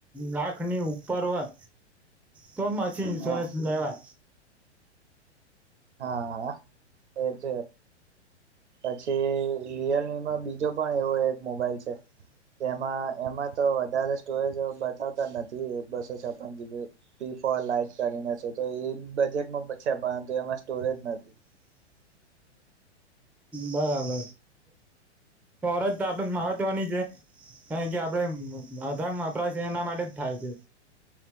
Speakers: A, in the centre; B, on the right (about 70°).
A: લાખની ઉપર હોય તો
B: હા
A: રેવા
B: હા એટ પછી રિયલમીમાં બીજો પણ એવો એક મોબાઈલ છે જેમાં એમાં તો વધારે સ્ટોરેજ બતાવતા નથી બસો છપન જીબી પી ફોર લાાઈટ કરીને છે તો એ બજેટમાં છે પરંતુ એમાં સ્ટોરેજ નથી
A: બરાબર એરત આપડ મહત્વની છે કારણ કે આપડે વધધાર વપરાશ એના માટે જ થાય છે